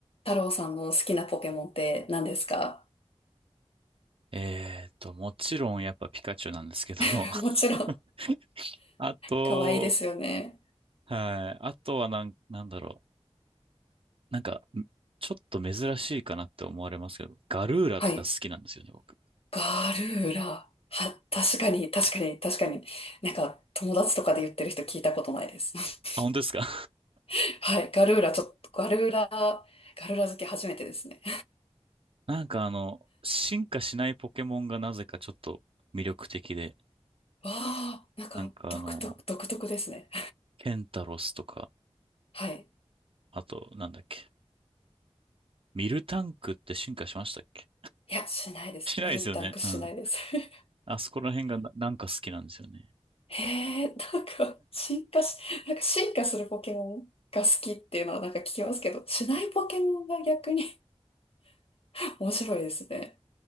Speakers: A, on the left; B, on the right.
A: 太郎さんの好きなポケモンって何ですか
B: えーっと、もちろんやっぱピカチュウなんですけど、
A: <laughs> もちろん、
B: <laughs> あと、
A: 可愛いですよね。
B: はい。あとはなん、なんだろう。なんか、んちょっと珍しいかなって思われますけど、ガルーラとか好きなんですよね、
A: はい。
B: 僕。
A: ガルーラ。は、確かに、確かに、確かに。なんか、友達とかで言ってる人聞いたことないです。
B: あ、本当ですか <laughs>
A: <laughs> はい。ガルーラ、ちょっと、ガルーラ、ガルーラ好き初めてですね。
B: なんかあの、進化しないポケモンがなぜかちょっと魅力的で、
A: わあ、なんか、
B: なんかあの、
A: 独特、独特ですね。
B: ケンタロスとか、
A: はい。
B: あと、なんだっけ、ミルタンクって進化しましたっけ
A: いや、しないです。
B: しないですよね。
A: ミルタンクしないです。
B: うん。
A: <laughs>
B: あそこら辺がな、なんか好きなんですよね。
A: へえ、なんか、進化し、なんか進化するポケモンが好きっていうのはなんか聞きますけど、しないポケモンが逆に <laughs> 面白いですね。